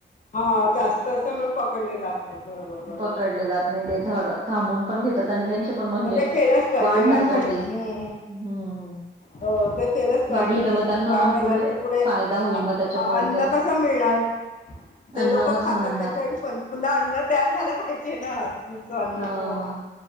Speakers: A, on the left (about 40°); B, on the right (about 30°).
A: हा जास्त असतं म्हणून पकडले जात नाहीत. बरोबर, बरोबर.
B: पकडले जात नाही ते
A: हं, हं.
B: थांबून पण घेतात आणि
A: हम्म.
B: त्यांचे पण म्हणजे
A: मग ते केलंच पाहिजे
B: वाढण्यासाठी
A: ना त्यांनी हम्म,
B: हम्म
A: हो ते केलंच पाहिजे
B: वाढले
A: ना
B: तर नव्हे
A: त्यांची
B: मग त्यांना
A: वाढ
B: पण
A: नाही
B: पुढे
A: झाली तर
B: फायदा होईल
A: अ-
B: मग त्याच्यामुळे
A: अ- अन्न
B: ते <inaudible>
A: कसं मिळणार जे लोकं
B: कसं
A: खातात
B: मिळणार?
A: त्यांच्यासाठी पण पुन्हा अन्न तयार झालं पाहिजे ना पुढचं अन्न
B: हा
A: हो